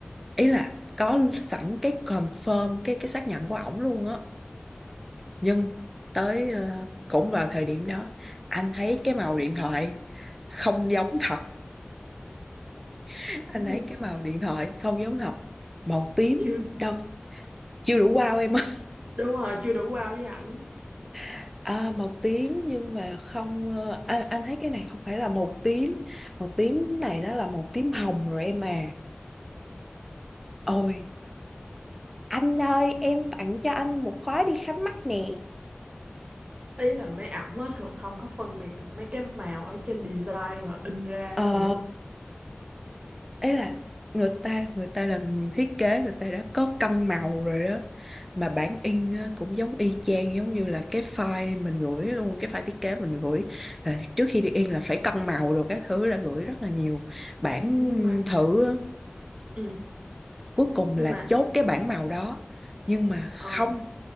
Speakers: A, in the centre; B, on the right.
A: ý là có sẵn cái confirm cái cái xác nhận của ổng luôn á nhưng tới ờ, cũng vào thời điểm đó anh thấy cái màu điện thoại không giống thật <laughs> anh
B: <laughs>
A: thấy cái màu điện thoại không giống thật màu tím
B: Chưa,
A: đâu chưa đủ wow em ơi
B: đúng rồi, chưa đủ wow với ảnh.
A: <laughs> à, màu tím nhưng mà không ờ, anh, anh thấy cái này không phải là màu tím màu tím này nó là màu tím hồng rồi em à ôi anh ơi em tặng cho anh một khóa đi khám mắt nè
B: ý là mấy ổng á thường không có phân biệt được mấy cái màu ở trên design và in ra
A: ờ
B: á, bà hiểu không
A: ấy là người ta người ta làm thiết kế người ta đã có cân màu rồi đó mà bản in á, cũng giống y chang giống như là cái file mình gửi luôn cái file thiết kế mình gửi là trước khi đi in là phải cân màu đồ các thứ đã gửi rất là nhiều bản
B: nhưng mà
A: thử á.
B: ừ,
A: cuối cùng
B: nhưng
A: là
B: mà
A: chốt cái bản màu đó nhưng mà không
B: ờ,